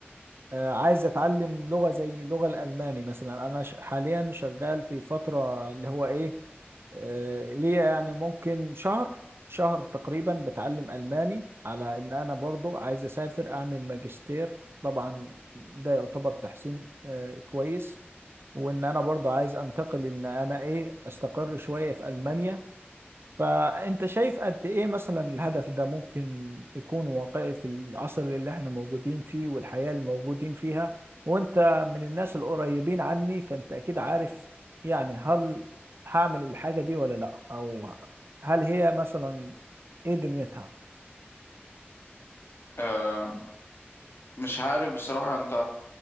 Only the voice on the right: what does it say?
آه عايز اتعلم لغة زي اللغة الألماني مثلا انا ش- حاليا شغال في فترة اللي هو ايه آه، ليا يعني ممكن شهر شهر تقريبا بتعلم ألماني على إن أنا برضو عايز أسافر أعمل ماجستير طبعا ده يعتبر تحسين آه، كويس وإن أنا برضو عايز أنتقل إن أنا إيه أستقر شوية في ألمانيا فأنت شايف قد إيه مثلا الهدف ده ممكن يكون واقعي في العصر اللي إحنا موجودين فيه والحياة اللي موجودين فيها وأنت من الناس القريبين عني فأنت أكيد عارف يعني هل هعمل الحاجة دي ولا لأ أو هل هي مثلا إيه دنيتها